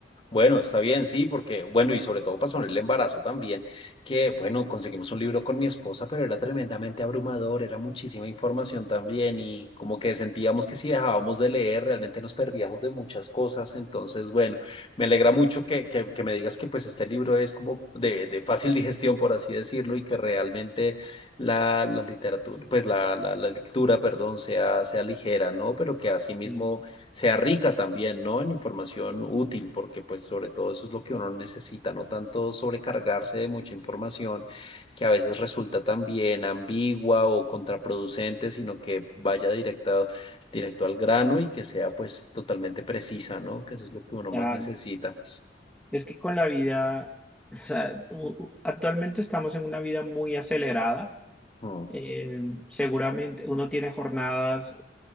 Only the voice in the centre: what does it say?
Mm,
Claro.
Es que con la vida, o sea, u- u- actualmente estamos en una vida muy acelerada
Eh, seguramente uno tiene jornadas